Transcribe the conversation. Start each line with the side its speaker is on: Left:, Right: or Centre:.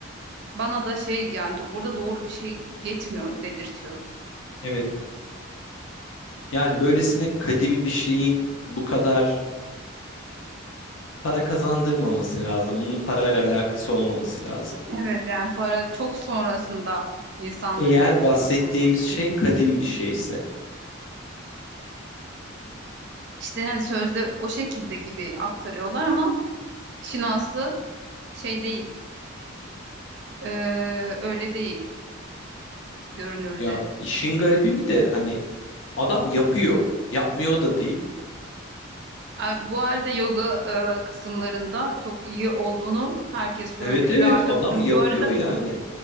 Right: bana da şey yani do- burada doğru bir şey geçmiyor dedirtiyor.
Left: Evet. Yani böylesine kadim bir şeyin bu kadar para kazandırmaması lazım. Bunun parayla alakası olmaması lazım.
Right: Evet yani para çok sonrasında insanların
Left: Eğer
Right: oluşturduğu
Left: bahsettiğimiz
Right: bir
Left: şey
Right: şey.
Left: kadim bir şeyse.
Right: İşte hani sözde o şekilde gibi aktarıyorlar ama işin aslı şey değil. Ee, öyle değil görünürde.
Left: Ya işin garibi bir de hani adam yapıyor. Yapmıyor da değil.
Right: Ay, Bu arada yoga e, kısımlarında çok iyi olduğunu herkes söylüyor.
Left: Evet evet
Right: Bir arkadaşım
Left: adam yapıyor
Right: bu arada
Left: yani.
Right: kur-